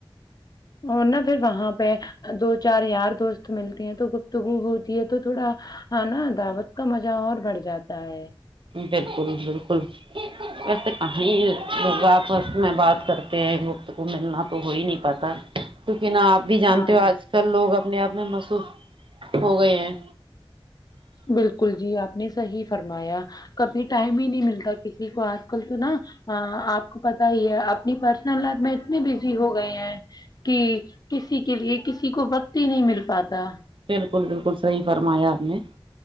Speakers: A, on the left; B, on the right.
A: اور نا پھر وہاں پہ دو چار یار دوست ملتے ہیں تو گفتگو ہوتی ہے تو تھوڑا نا دعوت کا مزہ اور بڑھ جاتا ہے
B: بالکل بالکل ویسے کہیں لپس میں بات کرتے ہیں گفتگو کو ملنا تو ہو ہی نہیں پاتا کہ نہ آپ بھی جانتے
A: ہاں
B: ہو آج کل لوگ اب اپنے آپ میں مصروف ہو گئے ہیں
A: بالکل جی آپ نے صحیح فرمایا کبھی ٹائم ہی نہیں ملتا کسی کو آج کل تو نا آپ کو پتا ہی ہے اپنی پرسنل لائف میں اتنے بزی ہو گئے ہیں کہ کسی کے لیے کسی کو وقت ہی نہیں مل پاتا
B: بالکل بالکل صحیح فرمایا آپ نے